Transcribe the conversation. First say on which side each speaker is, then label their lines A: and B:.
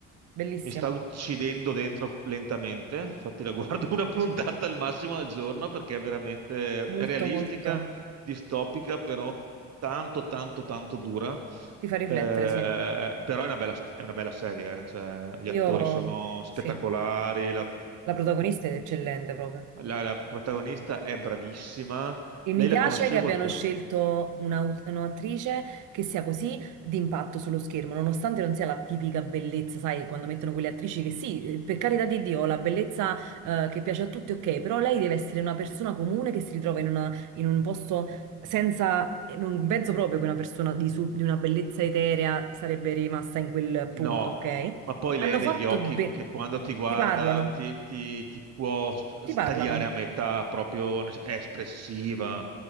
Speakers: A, on the right; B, on the right.
A: bellissima,
B: Mi sta uccidendo dentro lentamente, infatti la guardo <laughs> una puntata al massimo al giorno perché è veramente
A: molto
B: è realistica,
A: molto,
B: distopica, però tanto, tanto, tanto dura.
A: ti fa riflettere,
B: Eh,
A: sì.
B: però è una bella, è una bella serie, eh, cioè, gli
A: Io,
B: attori sono spettacolari,
A: sì,
B: la,
A: la protagonista è eccellente proprio.
B: la- la protagonista è bravissima.
A: E
B: Lei
A: mi piace
B: la conoscevo
A: che abbiano
B: già.
A: scelto una- un'attrice che sia così d'impatto sullo schermo, nonostante non sia la tipica bellezza, sai, quando mettono quelle attrici che sì, eh, per carità di Dio, la bellezza eh, che piace a tutti, ok, però lei deve essere una persona comune che si ritrova in, una- in un posto senza... e Non penso proprio che una persona di, su- di una bellezza eterea sarebbe rimasta in quel
B: No,
A: punto, ok?
B: ma poi
A: Hanno
B: lei ha degli
A: fatto
B: occhi
A: bene...
B: che, che quando ti guarda
A: Ti parlano,
B: ti, ti- ti può s-
A: ti parlano,
B: tagliare a metà, proprio nel sen- è espressiva,